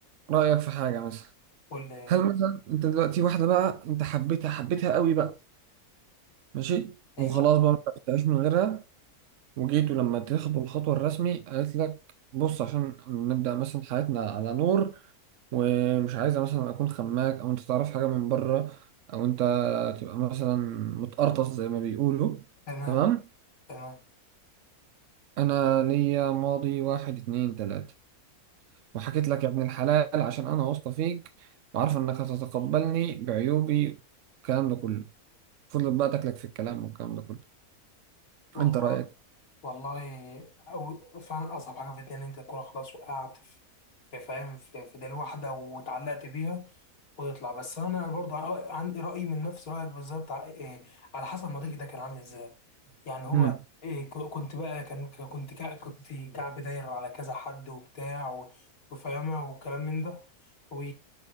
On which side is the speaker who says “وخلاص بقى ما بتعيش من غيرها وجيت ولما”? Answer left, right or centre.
Right